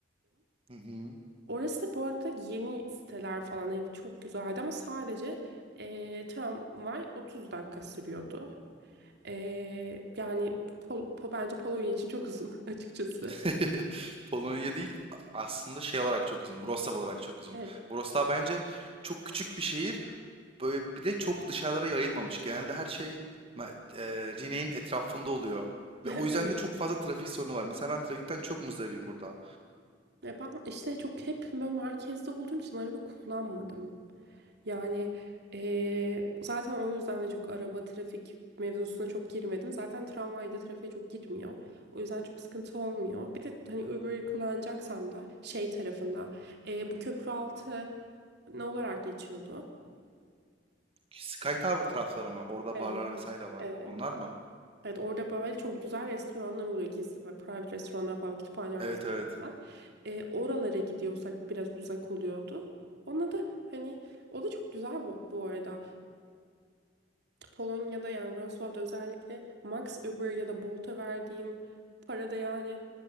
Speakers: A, on the right (about 30°); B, on the right (about 60°).
A: Hı hı.
B: Orası da bu arada yeni siteler falan ev çok güzeldi ama sadece eee, tramvay 30 dakika sürüyordu. Eee, yani Pol- Po- bence Polonya için çok uzun <laughs> açıkçası.
A: <laughs> Polonya değil a- aslında şey olarak çok uzun. Wrocław olarak çok uzun.
B: Evet,
A: Wrocław bence çok küçük bir şehir Böyle bir de çok dışarılara yayılmamış. Genelde her şey me- e, Rine'in etrafında oluyor.
B: <laughs>
A: Ve o yüzden
B: evet.
A: de çok fazla trafik sorunu var. Mesela ben trafikten çok muzdaribim burada.
B: E ben işte çok hep ben merkezde olduğum için araba kullanmadım. Yani eee, zaten o yüzden de çok araba trafik mevzusuna çok girmedim. Zaten tramvayda trafiğe çok girmiyor. O yüzden çok sıkıntı olmuyor. Bir de hani Uber'i kullanacaksam da şey tarafında eee, bu köprü altı ne olarak geçiyordu?
A: Sky Tower tarafları mı? Orada
B: Evet,
A: barlar vesaire var.
B: evet.
A: Onlar mı?
B: Evet orada böyle çok güzel restoranlar oluyor gizli böyle private restoranlar falan kütüphane arkasında
A: Evet evet.
B: falan. Ee, oralara gidiyorsak biraz uzak oluyordu. Ona da hani o da çok güzel bu, bu arada. Polonya'da yani Wrocław'da özellikle Max Uber ya da Bolt'a verdiğim para da yani